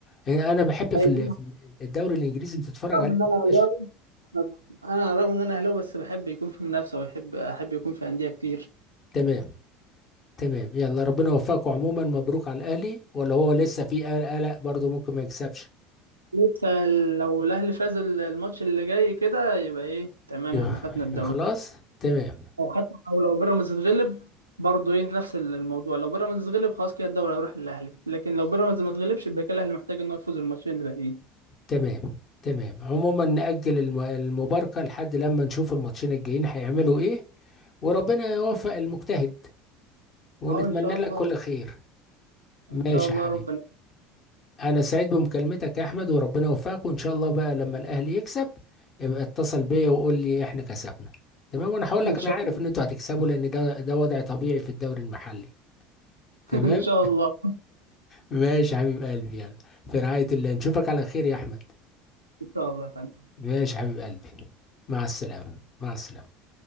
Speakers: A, on the left; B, on the right.
A: يعني انا بحب
B: ايوه
A: في ال-
B: انا
A: في ال- الدوري الانجليزي بتتفرج
B: رغم
A: عليه
B: ان انا
A: ما تبقاش
B: اهلاوي انا رغم ان انا اهلاوي بس بحب يكون في منافسه ويحب احب يكون في انديه كتير
A: تمام تمام يلا ربنا يوفقكم عموما مبروك على الاهلي ولا هو لسه في قلق برضه ممكن ما يكسبش
B: لسه لو الاهلي فاز ال- الماتش اللي جاي كده يبقى ايه تمام
A: يبقى
B: احنا خدنا الدوري
A: يبقى خلاص تمام
B: او حتى او لو بيراميدز اتغلب برضه ايه نفس الموضوع لو بيراميدز اتغلب خلاص كده الدوري هيروح للاهلي لكن لو بيراميدز ما اتغلبش يبقى كده الاهلي محتاج ان هو يفوز الماتشين اللي باقيين
A: تمام تمام عموما نأجل الم- المباركة لحد لما نشوف الماتشين الجايين هيعملوا ايه وربنا يوفق المجتهد ونتمنى
B: اه ان شاء
A: لك
B: الله
A: كل خير ماشي
B: ان شاء الله
A: يا حبيبي
B: ربنا
A: انا سعيد بمكالمتك يا احمد وربنا يوفقك وان شاء الله بقى لما الاهلي يكسب يبقى اتصل بيا وقول لي احنا كسبنا تمام وانا هقول لك
B: ان شاء
A: انا عارف
B: الله
A: ان انتوا هتكسبوا لان ده ده وضع طبيعي في الدوري المحلي تمام
B: <laughs> ان شاء الله <laughs>
A: ماشي يا حبيب قلبي يلا في رعاية الله نشوفك على خير يا احمد
B: ان شاء الله يا فندم
A: ماشي يا حبيب قلبي مع السلامة مع السلامة